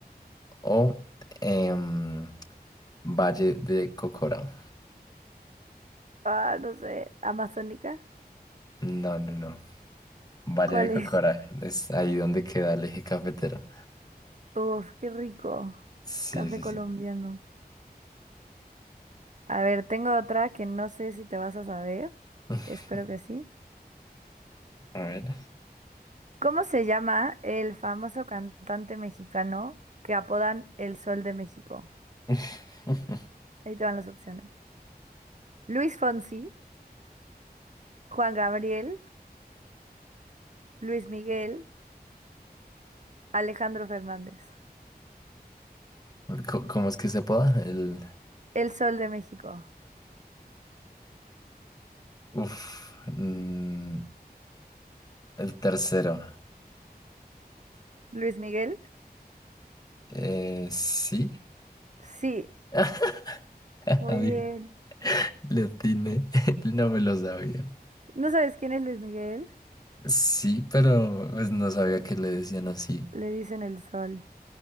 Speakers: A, on the left (about 25°); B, on the right (about 45°).
A: o em, Valle de Cocora.
B: Ah, no sé. ¿Amazónica?
A: No, no, no. Valle
B: ¿Cuál
A: de Cocora,
B: es?
A: es ahí donde queda el eje cafetero.
B: Uf, qué rico.
A: Sí,
B: Café
A: sí,
B: colombiano.
A: sí.
B: A ver, tengo otra que no sé si te vas a saber.
A: <laughs>
B: Espero que sí.
A: A ver.
B: ¿Cómo se llama el famoso cantante mexicano que apodan El Sol de México?
A: <laughs>
B: Ahí te van las opciones. Luis Fonsi, Juan Gabriel, Luis Miguel, Alejandro Fernández.
A: Co- ¿Cómo es que se apoda? El,
B: El Sol de México.
A: uf, mm, el tercero.
B: Luis Miguel.
A: Eh, sí.
B: Sí,
A: <laughs> Adi-
B: muy bien.
A: Le atiné. <laughs> No me lo sabía.
B: ¿No sabes quién es Luis Miguel?
A: Sí, pero pues, no sabía que le decían así.
B: Le dicen el sol.